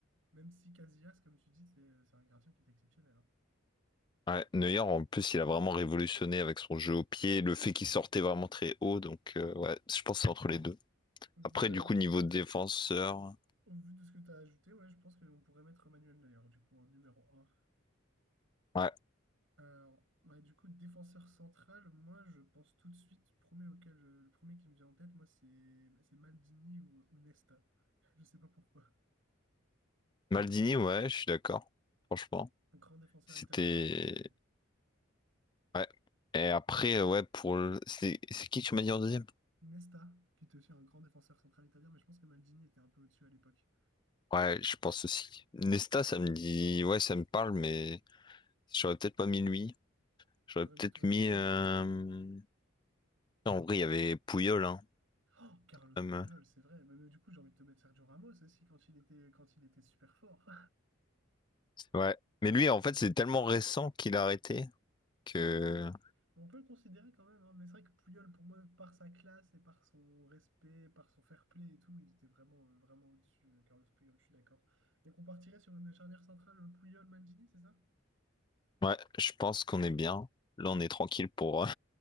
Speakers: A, on the right (about 70°); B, on the left (about 20°).
A: même si Casillas, comme tu dis, c'est euh, c'est un gardien qui est exceptionnel. hein.
B: Ouais, Neuer, en plus, il a vraiment révolutionné avec son jeu au pied, le fait qu'il sortait vraiment très haut, donc, euh, ouais, je pense que c'est entre les deux.
A: Bah,
B: Après, du coup, niveau défenseur,
A: au vu de ce que tu as ajouté, ouais, je pense qu'on pourrait mettre Manuel Neuer, du coup, en numéro un
B: ouais,
A: Alors, ouais, du coup, défenseur central, moi, je pense tout de suite, premier auquel, euh, le premier qui me vient en tête, moi, c'est c'est Maldini ou, ou Nesta. <laughs> Je sais pas pourquoi.
B: Maldini, ouais, je suis d'accord, franchement.
A: Un grand défenseur
B: C'était,
A: italien, tu sais. euh,
B: ouais. Et après, euh, ouais, pour le... C'est c'est qui que tu m'as dit en deuxième?
A: Nesta, qui était aussi un grand défenseur central italien, mais je pense que Maldini était un peu au-dessus à l'époque.
B: Ouais, je pense aussi. Nesta, ça me dit, ouais, ça me parle, mais j'aurais peut-être pas mis lui. J'aurais
A: T'aurais
B: peut-être
A: t'aurais
B: mis.
A: mis qui?
B: euh, En vrai, il y avait Pouyol, hein,
A: Oh, Carlos
B: comme,
A: Puyol,
B: euh,
A: c'est vrai. Mais, mais du coup, j'ai envie de te mettre Sergio Ramos aussi quand il était, quand il était super fort.
B: Ouais. Mais lui, en
A: <laughs>
B: fait, c'est tellement récent qu'il a arrêté que.
A: Ouais, ouais, ouais. On peut le considérer quand même, hein, Mais c'est vrai que Pouyol, pour moi, par sa classe et par son respect, par son fair play et tout, il était vraiment, euh, vraiment au-dessus, euh, Carlos Puyol, je suis d'accord. Donc on partirait sur une charnière centrale euh, Puyol-Maldini, c'est ça?
B: Ouais, je pense qu'on est bien. Là, on est tranquille pour, euh,